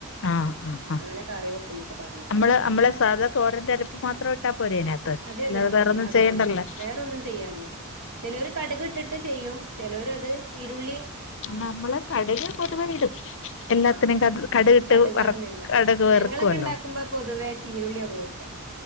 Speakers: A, on the left (about 60°); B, on the right (about 70°).
A: ആഹ് ആഹ് ആഹ്
B: അങ്ങനെ കറിവെക്കുന്നൊക്കൊ പറഞ്ഞ
A: നമ്മള് നമ്മളെ സാധാ തോരന്റെ അരിപ്പ് മാത്രം ഇട്ടാൽ പോര അതിനകത്ത്
B: അതെ
A: അല്ലാതെ
B: അതെ
A: വേറൊന്നും
B: മതി അത്
A: ചെയ്യേണ്ടല്ലോ
B: മതി വേറൊന്നും ചെയ്യാനില്ല ചെലോര് കട്ക് ട്ടിട്ട് ചെയ്യും ചെലോര് അത് ചീരുള്ളി
A: നമ്മളെ കടുക് പൊതുവെ ഇടും എല്ലാത്തിനും
B: ആഹ്
A: കട് കടുകിട്ട്
B: കടുകാണ്
A: വറ
B: നിങ്ങള്
A: കടുക് വറുക്കുവല്ലോ
B: ഞങ്ങളൊക്കെ ഉണ്ടാക്കുമ്പോ പൊതുവേ ചീരുള്ളി ഉപയോഗിക്കാ